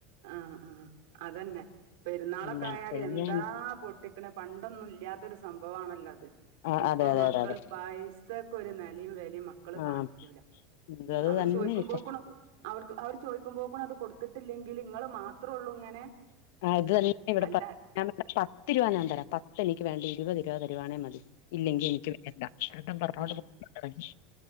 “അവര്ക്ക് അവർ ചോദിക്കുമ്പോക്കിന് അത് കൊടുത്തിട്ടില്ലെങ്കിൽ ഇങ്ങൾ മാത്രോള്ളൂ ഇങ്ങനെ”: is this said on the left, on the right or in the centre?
Right